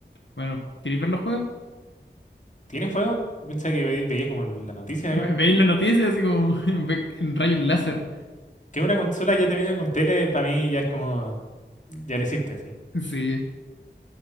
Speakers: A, on the left; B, on the left.
A: bueno, ¿queréis ver los juegos?
B: ¿Tiene juego? Yo Pensaba que ve- veía como la noticia
A: <laughs>
B: de
A: Ve-
B: acá.
A: Veis las noticias así como <laughs> en, ve- en rayos láser.
B: Que una consola ya te viene con tele, para mí ya es como. Ya lo hiciste, así.
A: Sí.